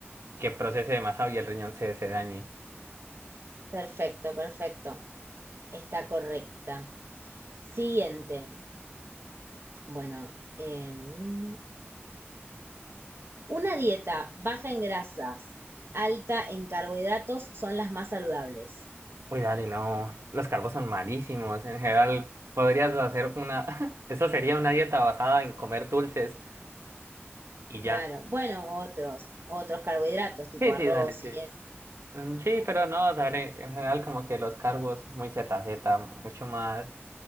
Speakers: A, on the right (about 75°); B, on the right (about 60°).
A: que procese demasiado y el riñón se, se dañe.
B: Perfecto, perfecto. Está correcta. Siguiente. Bueno, em, una dieta baja en grasas, alta en carbohidratos son las más saludables.
A: Uy, dale, no, los carbos son malísimos, en general podrías hacer una, <laughs> eso sería una dieta basada en comer dulces y
B: Claro.
A: ya.
B: Bueno, otros, otros carbohidratos tipo
A: Sí,
B: arroz
A: sí, dale, sí.
B: y eso.
A: Mm, Sí, pero no, dale, en general como que los cargos muy ZZ, mucho más